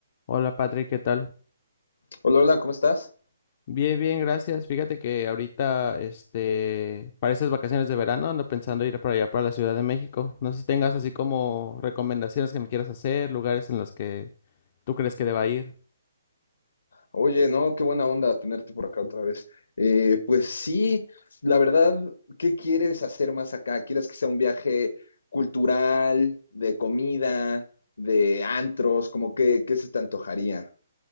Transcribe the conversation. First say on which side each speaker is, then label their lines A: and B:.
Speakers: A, on the left; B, on the left.
A: Hola Patrick, ¿qué tal?
B: Hola, hola, ¿cómo estás?
A: Bien, bien, gracias. Fíjate que ahorita, este, para estas vacaciones de verano ando pensando ir para allá, para la Ciudad de México. No sé si tengas así como recomendaciones que me quieras hacer, lugares en los que tú crees que deba ir.
B: Oye, no, qué buena onda tenerte por acá otra vez. Eh, pues sí, la verdad, ¿qué quieres hacer más acá? ¿Quieres que sea un viaje cultural, de comida, de antros? cómo que, qué qué se te antojaría?